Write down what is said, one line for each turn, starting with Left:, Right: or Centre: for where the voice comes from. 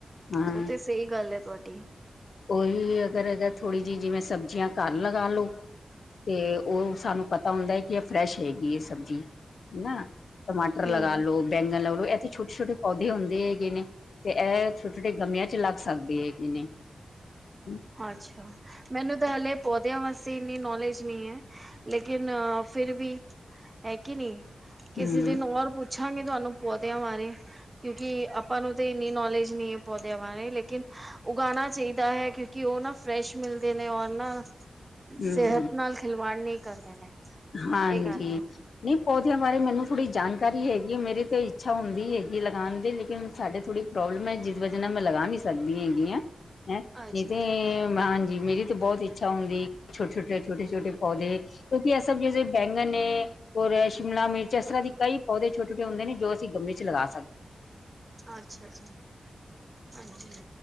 Left: ਹਾਂ।
Right: ਉਹ ਤੇ ਸਹੀ ਗੱਲ ਹੈ ਤੁਹਾਡੀ।
Left: ਕੋਈ ਵੀ ਅਗਰ ਅਗਰ ਥੋੜ੍ਹੀ ਜਿਹੀ ਜਿਵੇਂ ਸਬਜ਼ੀਆਂ ਘਰ ਲਗਾ ਲਉ। ਤੇ ਉਹ ਸਾਨੂੰ ਪਤਾ ਪਤਾ ਹੁੰਦਾ ਹੈ ਕਿ ਇਹ ਫਰੈਸ਼ ਹੈਗੀ ਹੈ ਸਬਜ਼ੀ, ਹਨਾ, ਟਮਾਟਰ ਲਗਾ
Right: ਹਮ
Left: ਲੋਓ। ਬੈਂਗਨ ਲਾ ਲਓ ਐ ਤੇ ਛੋਟੇ-ਛੋਟੇ ਪੌਦੇ ਹੁੰਦੇ ਹੈਗੇ ਨੇ। ਤੇ ਇਹ ਛੋਟੇ-ਛੋਟੇ ਗਮਲੀਆ 'ਚ ਲੱਗ ਸਕਦੇ ਹੈ ਕਿਨੇ। ਹਮ।
Right: ਅੱਛਾ, ਮੈਨੂੰ ਤਾਂ ਹਲੇ ਪੋ ਦਿਆ ਵਾਸਤੇ ਇੰਨੀ ਨੌਲੇਜ ਨਹੀਂ ਹੈ, ਲੇਕਿਨ ਫਿਰ ਵੀ ਹੈ ਕਿ ਨਹੀਂ, ਕਿਸੇ
Left: ਹਮ
Right: ਦਿਨ ਔਰ ਪੁੱਛਾਂਗੇ ਤੁਹਾਨੂੰ ਪੌਦਿਆਂ ਬਾਰੇ। ਕਿਉਂਕਿ ਆਪਾਂ ਨੂੰ ਤਾਂ ਇੰਨੀ ਨੌਲੇਜ ਨਹੀਂ ਹੈ ਪੌਦਿਆਂ ਬਾਰੇ, ਲੇਕਿਨ ਉਗਾਉਣਾ ਚਾਹੀਦਾ ਹੈ ਕਿਉਂ ਕਿ ਉਹ ਨਾ ਫਰੈਸ਼ ਮਿਲਦੇ ਨੇ ਔਰ ਨਾ ਸਿਹਤ
Left: ਹਮ
Right: ਨਾਲ ਖਿਲਵਾੜ ਨਹੀਂ ਕਰਦੇ ਨੇ।
Left: ਹਾਂਜੀ।
Right: ਇਹ ਗੱਲ ਹੈ।
Left: ਨਹੀਂ ਪੌਦਿਆਂ ਬਾਰੇ ਮੈਨੂੰ ਥੋੜ੍ਹੀ ਜਾਣਕਾਰੀ ਹੈਗੀ, ਮੇਰੀ ਤੇ ਇੱਛਾ ਹੁੰਦੀ ਹੈਗੀ ਲਗਾਉਣ ਦੀ, ਲੇਕਿਨ ਸਾਡੇ ਥੋੜ੍ਹੀ ਪ੍ਰੋਬਲਮ ਹੈ ਜਿਸ ਵਜ੍ਹਾ ਨਾਲ ਮੈਂ ਲਗਾ ਨਹੀਂ ਸਕਦੀ ਹੈਗੀ ਹੈਂ
Right: ਅੱਛਾ
Left: ਨਹੀਂ ਤੇ
Right: ਅੱਛਾ
Left: ਹਾਂਜੀ, ਮੇਰੀ ਤੇ ਬਹੁਤ ਇੱਛਾ ਹੁੰਦੀ ਛੋਟੇ-ਛੋਟੇ, ਛੋਟੇ-ਛੋਟੇ ਪੌਦੇ ਕਿ ਸਭ ਜੈਸੇ ਬੈਂਗਨ ਨੇ। ਔਰ ਸ਼ਿਮਲਾ ਮਿਰਚ ਅਸਰ੍ਹਾਂ ਦੇ ਕਈ ਪੌਦੇ ਛੋਟੇ -ਛੋਟੇ ਹੁੰਦੇ ਨੇ ਜੋ ਅਸੀਂ ਗਮਲੇ ਚ' ਲਗਾ ਸਕਦੇ ਹਾਂ।
Right: ਅੱਛਾ- ਅੱਛਾ। ਹਾਂਜੀ।